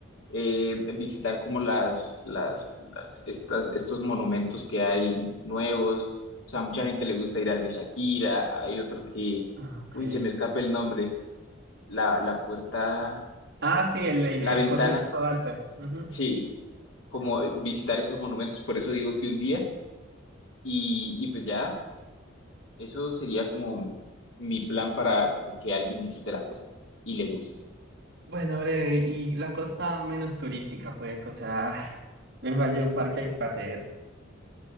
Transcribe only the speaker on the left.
eh, visitar como las, las, las- estas, estos monumentos que hay nuevos. O sea, a mucha gente le gusta ir al de Shakira, hay otro que,
uy, se me escapa el nombre, la, la puerta,
la
ventana,
sí, como visitar esos monumentos, por eso digo que un día, y, y pues ya, eso sería como mi plan para que alguien visite la costa y le guste.